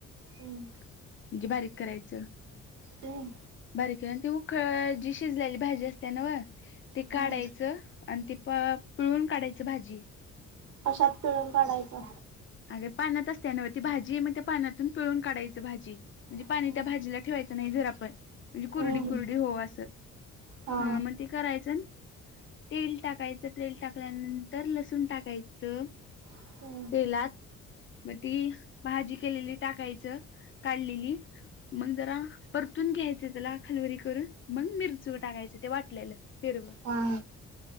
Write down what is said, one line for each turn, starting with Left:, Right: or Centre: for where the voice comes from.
Right: हम्म
Left: म्हणजे बारीक करायचं
Right: हम्म
Left: बारीक ती उखळ जी शिजलेली भाजी असते ना वं ते काढायचं,
Right: हम्म
Left: आणि ते प पिळून काढायचं भाजी.
Right: कशात पिळून काढायचं?
Left: अगे पाण्यात असते ना वं ती भाजी, मग त्या पाण्यातून पिळून काढायचं भाजी. म्हणजे
Right: हम्म.
Left: पाणी त्या भाजीला ठेवायचं नाही जर आपण म्हणजे कुरडी
Right: हम्म
Left: कुरडी होउ असं
Right: हा
Left: मग ते करायचं तेल टाकायचं तेल टाकल्यानंतर लसूण टाकायचं
Right: हा
Left: तेलात मग ती भाजी केलेली टाकायचं काढलेली, मग जरा परतून घ्यायचं त्याला खाली वरी करून मग मिरचू टाकायचं ते वाटल्यालं हिरवं
Right: हा